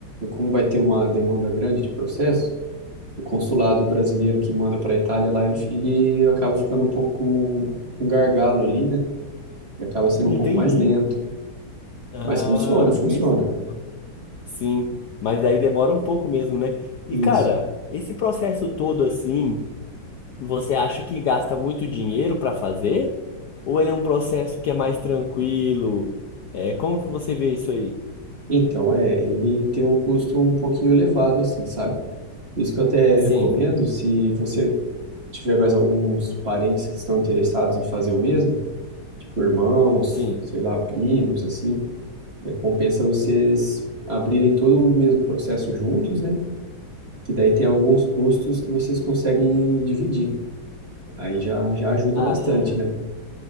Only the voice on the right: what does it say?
Como vai ter uma demanda grande de processos o consulado brasileiro que manda para a Itália lá, ele, ele acaba ficando um pouco com, com gargalo ali, né? E acaba sendo
um pouco mais lento.
Mas funciona, funciona.
Isso.
Então, é, ele tem um custo um pouquinho elevado, assim, sabe? Por isso que eu até
recomendo, se você tiver mais alguns parentes que estão interessados em fazer o mesmo, tipo irmãos,
sei lá, primos, assim, é, compensa vocês abrirem todo o mesmo processo juntos, né? Que daí tem alguns custos que vocês conseguem dividir. Aí já, já ajuda
bastante, né?